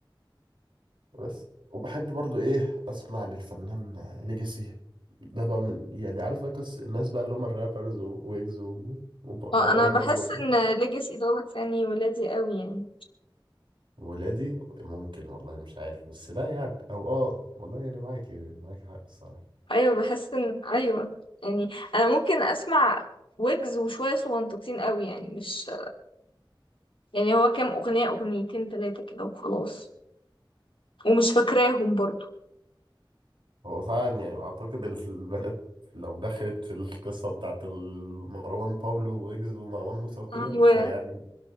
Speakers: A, on the right; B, on the left.
A: بس وبحب برضو إيه أسمع للفنان ليجاسي ده بقى من يعني عارف أكس الناس بقى اللي هم الرابرز وويجز و- ومروان
B: اه انا بحس
A: بابلو
B: ان ليجاسي دوت يعني ولادي قوي يعني
A: ولادي ممكن والله مش عارف بس لا يعني أو آه والله يعني معاكي معاكي حق الصراحة
B: ايوه بحس ان ايوه يعني انا ممكن اسمع ويجز وشويه صغنططين قوي يعني مش يعني هو كام اغنيه اغنيتين ثلاثه كده وخلاص ومش فاكراهم برضو
A: هو فعلا يعني أعتقد البنات لو دخلت في القصة بتاعت مروان باولو ويجز ومروان موسى وكده
B: ايوه
A: فيعني